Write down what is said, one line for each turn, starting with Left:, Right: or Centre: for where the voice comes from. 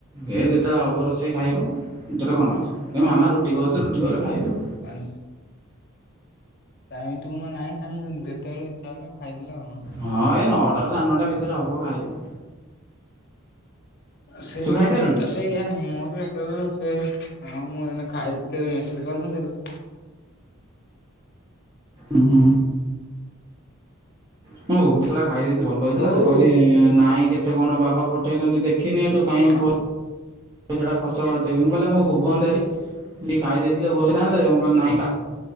Right: ଏ ଯେତେବେଳେ ହବ ରୋଷେଇ ଖାଇବ ସେଥିରେ କଣ ଅଛି, ମାମା ରୁଟି କରୁଚି ରୁଟି କଲେ ଖାଇବ।
Left: ପା <unintelligible> ଟାଇମ ଟୁଉମା ନାହିଁ ଖାଲି ଯେତେବେଳଳେ ଇଛା ହେଲା ଖାଇଦେଲ ଆଉ ଆଁ।
Right: ହଁ ଏ ନଅଟାରୁ ସାଡେ ନଅଟା ଭିତରେ ହବ ଖାାଇବୁ।
Left: ସେଇ
Right: ତୁ ଖାଇସାରିଲୁଣି?
Left: ମୋର ତ ସେଇଆ ମୋର <unintelligible> ସେ ହଁ ମୁଁ ଏଇନେ ଖାଇ କି ତତେ ମେସେଜ୍ କରିନଥିଲି?
Right: ଉଁ ହୁଁ! ମୁଁ <unintelligible> ଖାଇଦେଇଥିଲି ଭଲ ହେଇଥିଲା
Left: ବୋଉ
Right: ଯେ କହିଲ ନାଇଁ କେତେ କଣ ବାବା ପଠେଇଛନ୍ତି ଦେଖିନି ଏଠୁ କାଇଁ
Left: କଣ?
Right: ଫୋନ୍ ପଇସାଟା ଖର୍ଚ୍ଚ କରିଦେବି ମୁଁ କହିଲି ମୁଁ ଭୁବନ ଯାଇଲି ଖାଇ ଦେଇଥିଲେ ଭଲ ହେଇଥାନ୍ତା ଯେ ମୁଁ କହିଲି ନାଇଁ ଖା